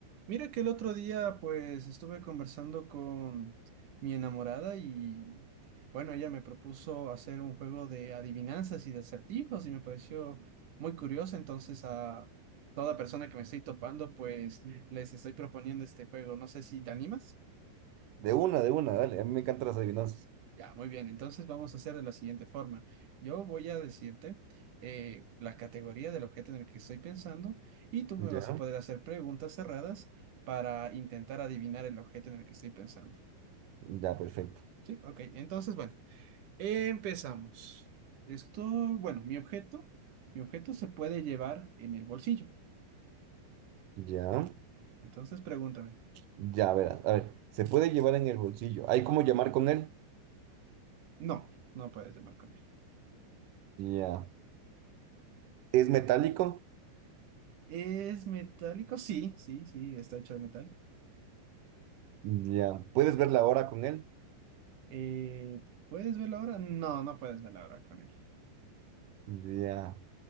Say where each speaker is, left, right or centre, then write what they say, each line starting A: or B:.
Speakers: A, on the right; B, on the right.
A: Mira que el otro día pues estuve conversando con mi enamorada y bueno, ella me propuso hacer un juego de adivinanzas y de acertijos y me pareció muy curioso, entonces a toda persona que me estoy topando pues les estoy proponiendo este juego, no sé si te animas.
B: De una, de una, dale. A mí me encantan las adivinanzas.
A: Ya, muy bien. Entonces vamos a hacer de la siguiente forma. Yo voy a decirte eh, la categoría del objeto en el que estoy pensando y tú me
B: Ya,
A: vas a poder hacer preguntas cerradas para intentar adivinar el objeto en el que estoy pensando.
B: ya, perfecto.
A: Sí, ok. Entonces, bueno, empezamos. Esto, bueno, mi objeto, mi objeto se puede llevar en el bolsillo.
B: Ya,
A: Entonces pregúntame.
B: ya, verás. A ver, ¿se puede llevar en el bolsillo? ¿Hay cómo llamar con él?
A: No, no puedes llevar con él.
B: Ya. ¿Es metálico?
A: ¿Es metálico? Sí, sí, sí, está hecho de metal.
B: Ya. ¿Puedes ver la hora con él?
A: Eh, ¿puedes ver la hora? No, no puedes ver la hora con él.
B: Ya.